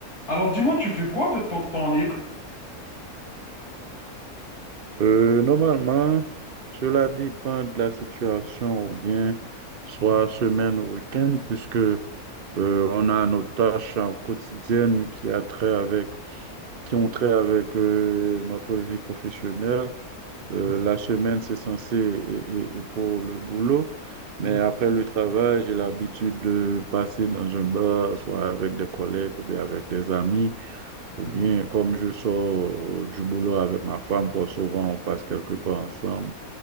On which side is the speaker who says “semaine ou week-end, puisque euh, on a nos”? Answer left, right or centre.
Right